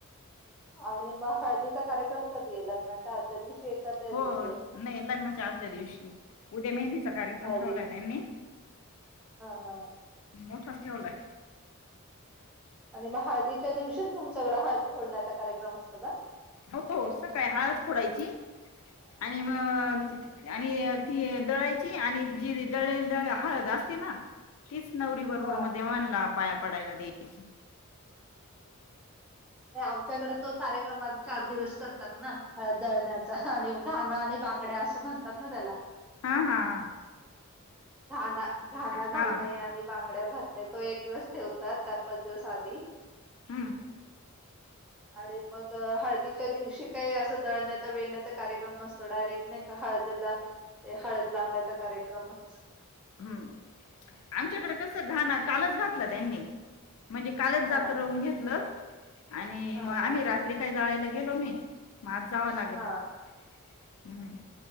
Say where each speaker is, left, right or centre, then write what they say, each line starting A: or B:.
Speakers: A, in the centre; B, on the left.
A: आणि मग हळदीचा कार्यक्रम कधी आहे लग्नाच्या आदल्या दिवशी. का त्या
B: हो
A: दिवशी आहे
B: नाही लग्नाच्या आदल्या दिवशी उद्या मेहंदीचा कार्यक्रम
A: हळदीच
B: ठेवला आहे त्यांनी.
A: हा हा
B: मोठाच ठेवलाय.
A: आणि मग हळदीच्या दिवशीच तुमच्याकडं हळद फोडण्याचा कार्यक्रम असतो का?
B: हो सकाळी हळद खोडायची आणि मग आणि ती दळाई ची आणि जी दळलेली दळ हळद असते ना तीच नवरी बरोबर
A: हा
B: मग देवानला पाया पडायला द्यायची.
A: आमच्याकडे तो कार्यक्रम आधी चार दिवस करतात ना हळद दळण्याचा आणि मग- घाणा आणि बांगड्या असं म्हणतात ना त्याला.
B: हा हा हा
A: घाणा घाणा घालणे
B: हा
A: आणि बांगड्या भरणे तो एक दिवस ठेवतात चार पाच दिवस आधी.
B: हम्म.
A: आणि मग हळ दिच्या दिवशी काही असं दळण्याचा वेण्याचा कार्यकम नसतो डायरेक्ट ना हळदला ते हळद लावण्याचा कार्यक्रमच.
B: हम्म आमच्याकडे कस घाणा कालच घातला त्यांनी. म्हणजे कालच
A: हा
B: जात रहून घेतलं आणि
A: हा
B: मग आम्ही
A: हा
B: रात्री काय जायला गेलो ना मज जाव लागेल
A: हा
B: हम्म.